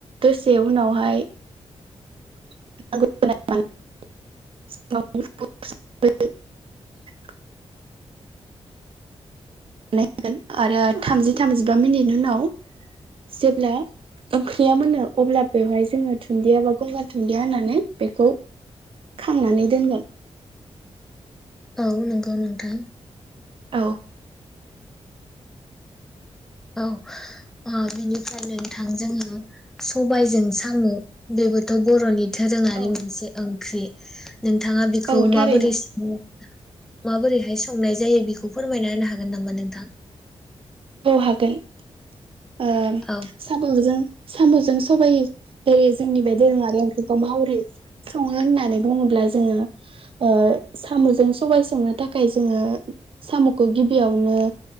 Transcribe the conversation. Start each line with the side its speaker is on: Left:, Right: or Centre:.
Right: दसे उनावहाय <unintelligible> बानायोन आरो थामजि थामजिबा मिनिट उनाव जेब्ला ओंख्रिया मोनो अब्ला बेवहाय जोङो दुनन्दिया बा गंगार दुन्दिया होनानै बेखौ खांनानै दोनगोन।
Centre: औ नंगौ नोंथां।
Right: औ
Centre: औ ओ बिनिफ्राय नोंथां जोङो सबाइजों सामु बेबोथ' बर'नि दोरोङारि
Right: औ
Centre: मोनसे ओं ख्रि नोंथाङा बिखौ
Right: औ थारैनो
Centre: माबोरै सङो माबोरैहाय संनाय जायो बेखौ फोरमायना होनो हागोन नामा नोंथां?
Right: औ हागोन। ओ
Centre: औ
Right: साम'जों साम'जों सबाइ जेरै जोंनि बे दोरोङारि ओंख्रिखौ माबोरै सङो होननानै बुङोब्ला जोङो ओ साम'जों सबाय संनो थाखाय जोङो साम'खौ गिबियावनो